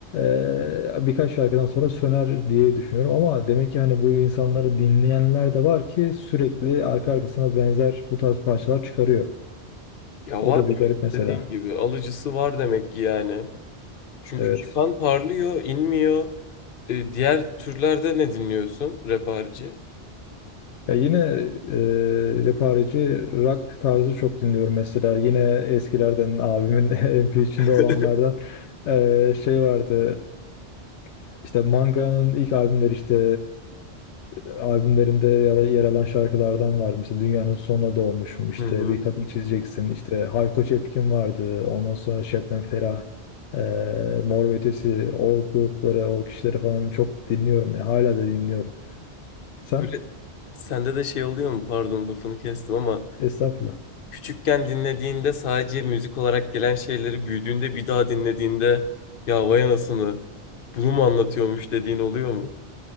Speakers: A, on the left; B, on the left.
A: e, birkaç şarkıdan sonra söner diye düşünüyorum ama demek ki hani bu insanları dinleyenler de var ki sürekli arka arkasına benzer bu tarz parçalar çıkarıyor.
B: Ya
A: O
B: var
A: da bir
B: demek
A: garip
B: ki
A: mesela.
B: dediğin gibi alıcısı var demek ki yani. Çünkü
A: Evet.
B: çıkan parlıyor, inmiyor. E, diğer türlerde ne dinliyorsun rap harici?
A: Ya yine e, rapareci rock tarzı çok dinliyorum mesela. Yine eskilerden abimin <laughs> MP içinde
B: <laughs>
A: olanlardan e, şey vardı. E, işte Manga'nın ilk albümleri işte e, albümlerinde ya da yer alan şarkılardan vardı. Mesela Dünyanın Sonuna Doğmuşum işte
B: Hı hı.
A: Bir Kadın Çizeceksin işte Hayko Cepkin vardı. Ondan sonra Şebnem Ferah. e, Mor ve Ötesi o grupları o kişileri falan çok dinliyorum ya hala da dinliyorum. Sen?
B: Böyle Sende de şey oluyor mu? Pardon lafını kestim ama
A: Estağfurullah.
B: küçükken dinlediğinde sadece müzik olarak gelen şeyleri büyüdüğünde bir daha dinlediğinde ya vay anasını bunu mu anlatıyormuş dediğin oluyor mu?